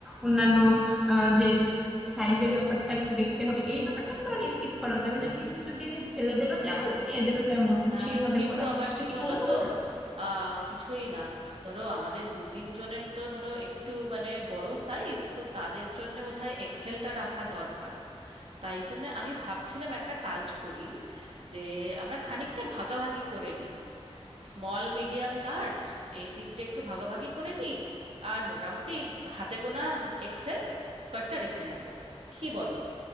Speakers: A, in the centre; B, on the right.
A: অন্যান্য আহ, যে সাইজের ব্যাপারটা একটু দেখতে হবে এই ব্যাপারটা তো আর স্কিপ করা যাবে না কিন্তু যদি ছেলেদেরও যেমন মেয়েদেরও তেমন
B: হ্যাঁ
A: সেইভাবে
B: না কিন্তু
A: করা হয়
B: আবার
A: সেটা
B: কি
A: কি
B: বলো
A: ভালো হবে
B: তো
A: না
B: আহ কিছুই না ধরো আমাদের দু তিন জনের তো ধরো একটু মানে বড় সাইজ তো তাদের জন্য বোধহয় এক্সেলটা রাখা দরকার তাই জন্য আমি ভাবছিলাম একটা কাজ করি যে আমরা খানিকটা ভাগাভাগি করে নিই স্মল মিডিয়াম লার্জ এই তিনটে একটু ভাগাভাগি করে নিই আর মোটামুটি হাতে গোনা এক্সেল কয়েকটা রেখে নেব কি বলো